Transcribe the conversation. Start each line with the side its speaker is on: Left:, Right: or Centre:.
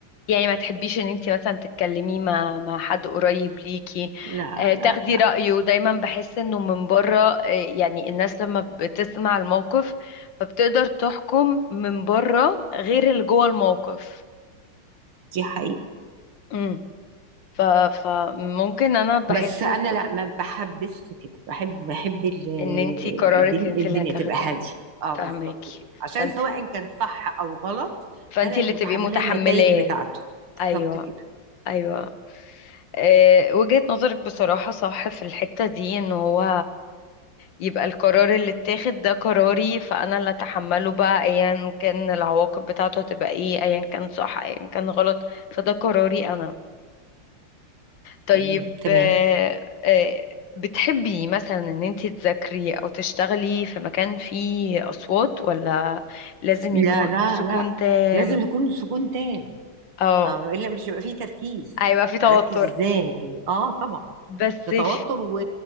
Left: يعني ما تحبيش ان انتي مثلا تتكلمي مع مع حد قريب ليكي
Right: لا
Left: أه تاخدي
Right: لا لا
Left: رأيه دايما بحس انه من بره أه يعني الناس لما بتسمع الموقف فبتقدر تحكم من بره غير اللي جوه الموقف
Right: دي حقيقه
Left: امم ف فممكن انا بحس
Right: بس انا
Left: انه
Right: لا ما بحبش كده بحب بحب ال-
Left: ان انتي
Right: ال-
Left: قرارك
Right: الدنيا,
Left: انتي
Right: الدنيا
Left: اللي هتاخديه
Right: تبقى هاديه اه
Left: فاهماكي
Right: بالظبط كده عشان
Left: فانت
Right: سواء كان صح او غلط
Left: فانت
Right: انا اللي
Left: اللي
Right: متحمله
Left: تبقي متحملاه
Right: النتائج بتاعته
Left: ايوه
Right: بالظبط كده
Left: ايوه آه، وجهة نظرك بصراحة صح في الحتة دي ان هو يبقى القرار اللي اتاخد ده قراري فانا اللي اتحمله بقى ايا كان العواقب بتاعته هتبقى ايه ايا كان صح ايا كان غلط فده قراري انا طيب
Right: تمام تمام
Left: آه، آه، بتحبي مثلا ان انت تذاكري او تشتغلي في مكان فيه اصوات ولا لازم
Right: لا
Left: يكون
Right: لا
Left: سكون
Right: لا
Left: تام
Right: لازم يكون سكون تام
Left: اه
Right: اه الا مش هيبقى فيه تركيز
Left: هيبقى في توتر
Right: اركز ازاي اه طبعا
Left: بس في
Right: ده توتر و...